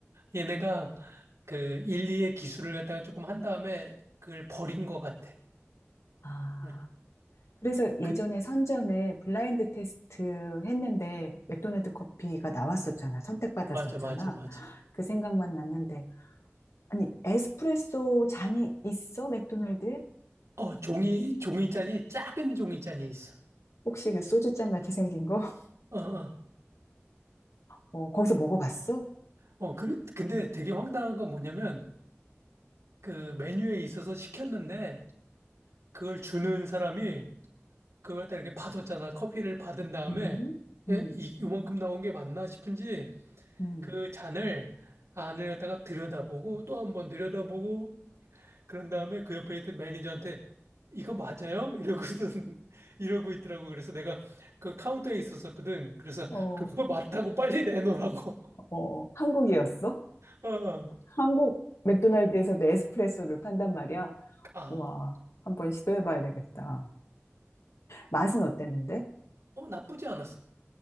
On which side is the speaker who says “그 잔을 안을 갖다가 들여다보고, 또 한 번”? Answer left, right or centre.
Right